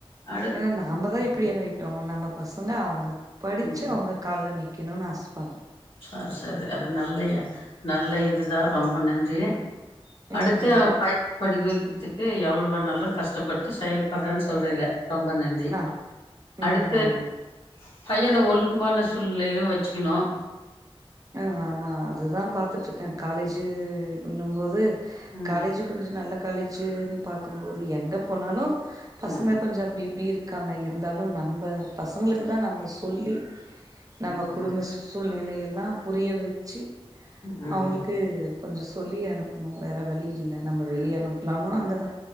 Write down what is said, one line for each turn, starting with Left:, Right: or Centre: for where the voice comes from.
Left: அடுத்
Right: ஏன்னா நாமதா இப்டி ஆயிட்டோம் நம்ம பசங்க அவுங் படிச்சு
Left: ம்
Right: அவங்க கால்ல நீக் கினுன் ஆச படுறேன்
Left: ஆ <unintelligible> அது நல்லயா நல்ல இது தா ரொம்ப நன்றி
Right: ம்
Left: அடுத்து
Right: ம்
Left: பயண படிக்க வை <unintelligible> எவ்ளோ வேணாலும் கஷ்டப்பட்டு செயல்படுறேனு சொல்றீங்க ரொம்ப நன்றி
Right: ஆ ம்
Left: அடுது
Right: ஆமாங்க
Left: பையன ஒழுக்கமான சூழ்நிலையிலும் வெச்சுகணும்
Right: ஆ ஆமா அதுதான் பாத்துட்ருக்கேன் காலேஜு ஒண்ணும் போது
Left: ம்
Right: காலேஜு கொஞ்சோ நல்ல காலேஜு பாக்கும்போது எங்க போனாலு பசங்க
Left: ம்
Right: கொஞ்ச அப்டி இப்டி இருக் இருக்காங்க இருந்தாலு நம்ம பசங்களுக்கு தா நம்ம சொல்லி நம்ம
Left: ம்
Right: குடும்ப சூழ்நில இத எல்லாம் புரிய வச்சி
Left: ம் ம்
Right: அவுங்ளுக்கு கொஞ்சோ சொல்லி அனுப்னோ வேற வழி இல்ல நம்ம வெளிய அனுப்பலாம இங்க தா